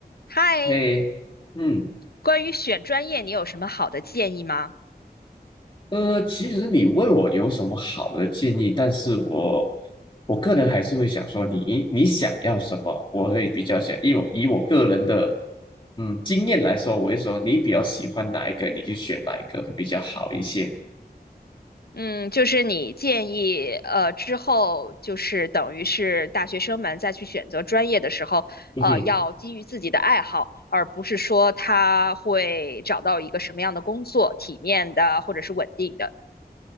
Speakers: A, on the left; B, on the left.
A: 嗨，
B: 嘿，嗯，
A: 关于选专业，你有什么好的建议吗？
B: 呃，其实你问我有什么好的建议，但是我我个人还是会想说你，你想要什么，我会比较想，以我以我个人的嗯经验来说，我会说你比较喜欢哪一个，你就选哪一个会比较好一些。
A: 嗯，就是你建议，呃，之后就是等于是大学生们再去选择专业的时候，
B: <laughs>
A: 呃，要基于自己的爱好，而不是说他会找到一个什么样的工作，体面的或者是稳定的。